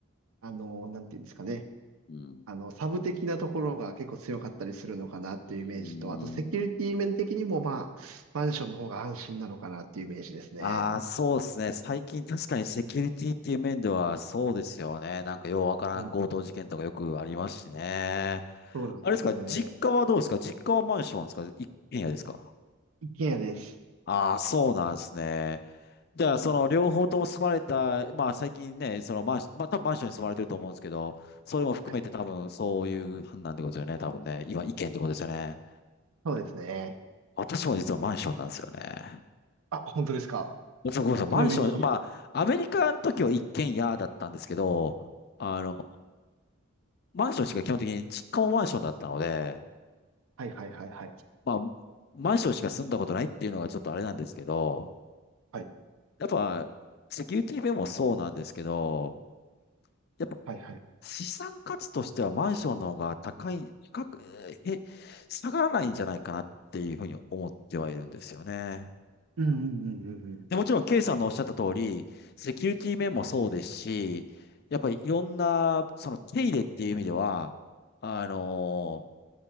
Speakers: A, on the right; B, on the left.
A: あの、なんていうんですかね。
B: ん。
A: あの、サブ的なところが結構強かったりするのかなっていうイメージと、
B: うん。
A: あとセキュリティ面的にもまあ、マンションの方が安心なのかなっていうイメージですね。
B: ああー、そうですね。最近確かにセキュリティっていう面ではそうですよね。なんかようわからん強盗事件とかよくありますしね。
A: うん、そうなんですね。
B: あれですか実家はどうですか実家はマンションですか一軒家ですか
A: 一軒家です。
B: ああ、そうなんですね。じゃあ、その両方とも住まれた、
A: うん
B: まあ最近ね、そのマンション、まあ多分マンションに住まれてると思うんですけど、それも含めて多分そういう判断ってことですよね、
A: はい、
B: 多分ね。今、意見ってことですよね。
A: そうですね。
B: 私も実はマンションなんですよね。
A: あ、本当ですか。
B: そうごめんなさい、マンション、
A: ちなみに、
B: まあ、アメリカの時は一軒家だったんですけど、あの、マンションしか基本的に、実家もマンションだったので、
A: はいはいはいはい
B: まあ、マンションしか住んだことないっていうのがちょっとあれなんですけど、
A: はい
B: やっぱ、セキュリティ面もそうなんですけど、やっぱ
A: はいはいはい。はいはいはい。
B: 資産価値としてはマンションの方が高い、高く、え、下がらないんじゃないかなっていうふうに思ってはいるんですよね。
A: うんうんうんうんうん。
B: で、もちろん、ケイさんのおっしゃった通り、セキュリティ面もそうですし、やっぱりいろんな、その手入れっていう意味では、あのー